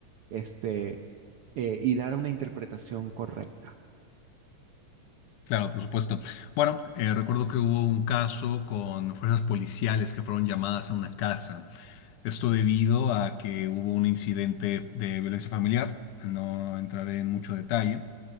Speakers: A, on the right; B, on the left.
A: este, eh, y dar una interpretación correcta?
B: Claro, por supuesto. Bueno, eh, recuerdo que hubo un caso con fuerzas policiales que fueron llamadas a una casa. Esto debido a que hubo un incidente de violencia familiar. No entraré en mucho detalle,